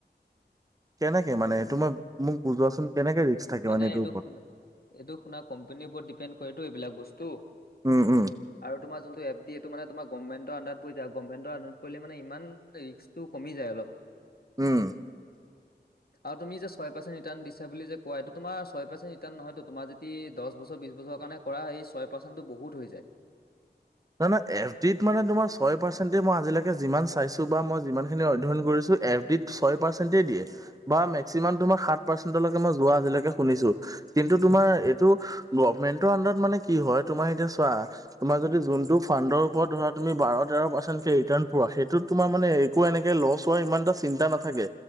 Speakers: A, on the right; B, on the left.
A: কেনেকে মানে সেইটো মই মোক বুজোৱাচোন। কেনেকে ৰিস্ক থাকে
B: মানে
A: এইটোৰ
B: এইটো
A: ওপৰত?
B: শুন এইটো শুনা কম্পেনীৰ ওপৰত ডিপেণ্ড কৰেটো এইবিলাক বস্তু।
A: উম, উম,
B: আৰু তোমাৰ যোনটো এফ ডি এইটো মানে তোমাৰ গমমেণ্টৰ আনদাৰত পৰি যায় গমমেণ্টৰ আনদাৰ কৰিলে মানে ইমান ৰিস্কটো কমি যায় অলপ।
A: উম।
B: আৰু তুমি যে ছয় পাচেন্ট ৰিতান দিছা বুলি যে। কোৱা এইটো তোমাৰ ছয় পাৰ্চেণ্ট ৰিটান নহয়তো তোমাৰ যদি দছ বছৰ বিছ বছৰ কাৰণে কৰা হয় এই ছয় পাৰ্চেণ্টটো বহুত হৈ যায়।
A: <inaudible> নহয় নহয় এছ ডিত মানে তোমাৰ ছয় পাচেন্ট দিয়ে মই আজিলেকে যিমান চাইছো বা মই যিখিনি অধ্যয়ন কৰিছোঁ। এফ ডিত ছয় পাৰ্চেন্টে দিয়ে বা মেক্সিমাম তোমাৰ সাত পাৰ্চেন্টলৈকে মই যোৱা আজিলৈকে শুনিছোঁ। কিন্তু তোমাৰ এইটো গৰ্ভমেন্টৰ আন্ডাৰত মানে কি হয় তোমাৰ এতিয়া চোৱা তোমাৰ যদি যোন। টো ফানডৰ ওপৰত ধৰা তুমি বাৰ তেৰ পাৰ্চেণ্ট কে ৰিটান পোৱা সেইটোত তোমাৰ মানে একো এনেকে লচ' হোৱা ইমানটা ত চিন্তা নাথাকে